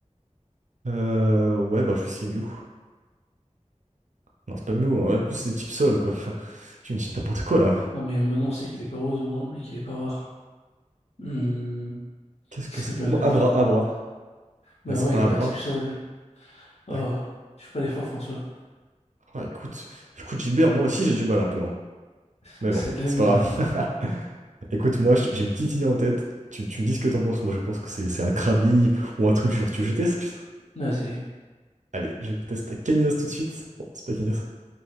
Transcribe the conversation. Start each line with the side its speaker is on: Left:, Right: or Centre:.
Right: Euh, ouais, bah, je vais essayer Mew. Non, c'est pas Mew. hein. C'est des types sol, quoi. <laughs> Enfin, Tu me dis n'importe quoi là.
Left: Non, mais maintenant, on sait qu'il est pas rose, au moins, et qu'il est pas rare. Hmm,
Right: Qu'est-ce
Left: qu'est-ce
Right: que ça
Left: que peut bien
Right: pourrait. Moi,
Left: être?
Right: Abra, Abra.
Left: Bah
Right: Mais c'est
Left: ouais,
Right: pas
Left: il est pas
Right: Abra.
Left: type sol. Oh,
Right: Bah,
Left: je fais pas l'effort, François.
Right: ah, écoute, écoute, Gilbert, moi aussi j'ai du mal un peu. hein.
Left: <laughs>
Right: Mais
Left: C'est
Right: bon,
Left: de la
Right: c'est
Left: vie, mon
Right: pas grave.
Left: prénom.
Right: Écoute, moi, j'ai une petite idée en tête. Tu, tu me dis ce que t'en penses. Moi, je pense que c'est c'est un Krabi ou un truc genre. Tu veux que je teste? tu
Left: Vas-y.
Right: Allez, je teste Caninos tout de suite. Bon, c'est pas Caninos.